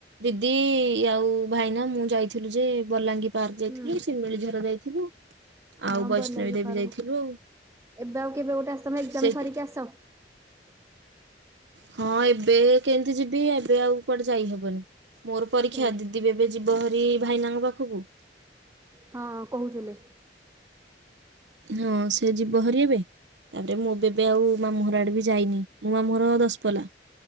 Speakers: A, on the right; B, on the right.
A: ଦିଦି ଆଉ ଭାଇନା ମୁଁ ଯାଇଥିଲୁ ଯେ ବଲାଙ୍ଗୀର ବାହାରି ଯାଇଥିଲି
B: ହୁଁ।
A: ଶିମିଳିଝର ଯାଇଥିଲୁ
B: ହଁ
A: ଆଉ ବୈଷ୍ଣବୀ
B: ଭଲ ଲାଗି
A: ଦେବୀ
B: ପାରବ
A: ଯାଇଥିଲୁ ଆ
B: ଏବେ ଆଉ କେବେ ଗୋଟେ ଆସ ତମେ ଏକ୍ଜାମ
A: ସେଠ
B: ସରିକି ଆସ
A: ହଁ ଏବେ କେମିତି ଯିବି ଏବେ ଆଉ କୁଆଡେ ଯାଇହବନି ମୋର ପରୀକ୍ଷା
B: ସେଇଆ।
A: ିବେ ଏବେ ଯିବ ହରି ଭାଇନାଙ୍କ ପାଖକୁ
B: ହଁ କହୁଥିଲେ
A: ହଁ ସେ ଯିବ ହରି ଏବେ ତାପରେ ମୁଁ ଏବେ ଆଉ ମା ମହର ଆଡେ ବି ଯାଇନି ମୁଁ ମା ମହର ଦଶପଲା